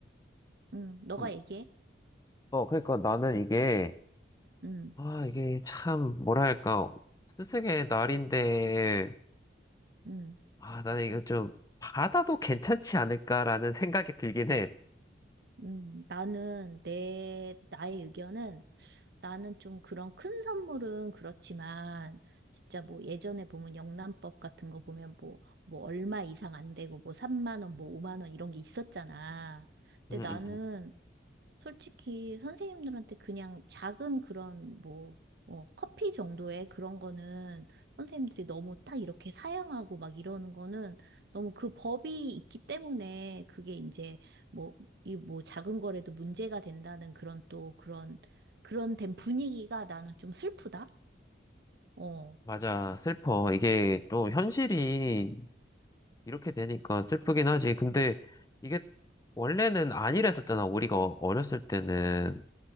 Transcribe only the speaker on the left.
음.
어, 그러니까 나는 이게
아, 이게 참 뭐랄까? 스승의 날인데
아, 나는 이거 좀 받아도 괜찮지 않을까라는 생각이 들긴 해.
음, 음,
음.
맞아. 슬퍼. 이게 또 현실이 이렇게 되니까 슬프긴 하지. 근데 이게 원래는 아니랬었잖아. 우리가 어렸을 때는.